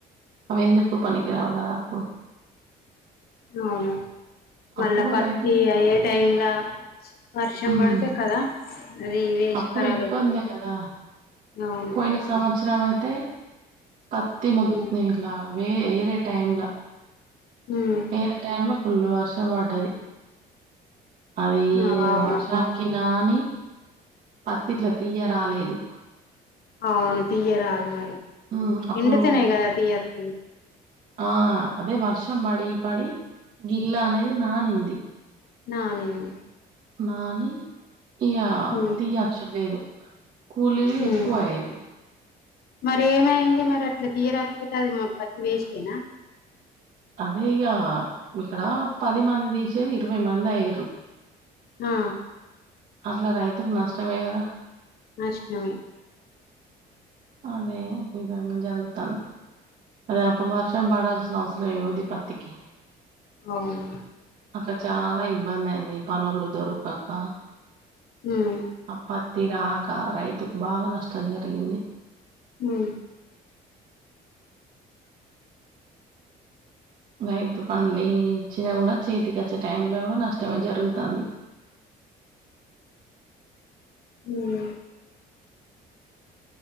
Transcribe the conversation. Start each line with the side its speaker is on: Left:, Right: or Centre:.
Right: అవి ఎందుకు పనికి రావు కాదా అప్పుడు
Left: అవును మళ్ళా
Right: అప్పుడు
Left: పత్తి
Right: రైతుకు
Left: అయే టైంలా వర్షం
Right: మ్మ్
Left: పడితే కదా అది వేస్ట్
Right: అప్పుడు
Left: ఖరాబ్
Right: ఇబ్బందే
Left: అయితది
Right: కదా
Left: అవును
Right: పోయిన సంవత్సరం అయితే పత్తి మొ
Left: ఉమ్
Right: ఇట్లా వే వేరే టైమ్లా
Left: ఉమ్
Right: వేర టైంలో ఫుల్ వర్షం పడ్డది అది
Left: ఆ, అవును
Right: వర్షా కి నాని పత్తిట్ల తీయ రాలేదు
Left: అవును తీయరాదు మరి
Right: మ్మ్ అప్పుడు
Left: ఎండీ తేనె కదా తీయత్
Right: ఆ అదే వర్షం పడి పడి గిల్లా అనేది నానింది
Left: నానంది
Right: నాని ఇగ
Left: ఉమ్
Right: తీయచ్చు లేదు కూలీలు ఎక్కువ
Left: ఉమ్
Right: అయ్యరు
Left: మరి ఏమైంది మరి అట్లా తీయరాకపోతే అది మా పత్తి వేస్టేనా
Right: అదే ఇగ ఇక్కడ పది మంది దిసేది ఇరవై మంది అయ్యరు
Left: ఆ
Right: అట్లా రైతుకు నష్టమే కదా
Left: నష్టమే
Right: అదే విధంగా జరుగుతుంది అదే అప్పుడు వర్షం పడాల్సిన అవసరం ఏముంది పత్తికి
Left: అవును
Right: అట్లా చాలా ఇబ్బంది అయింది పనులు దొరకాక
Left: ఉం
Right: ఆ పత్తి రాక రైతుకు బాగా నష్టం జరిగింది
Left: ఉం
Right: రైతు పండి ఇచ్చినా కూడా చేతికి వచ్చే టైంలో కూడా నష్టమే జరుగుతుంది
Left: ఉం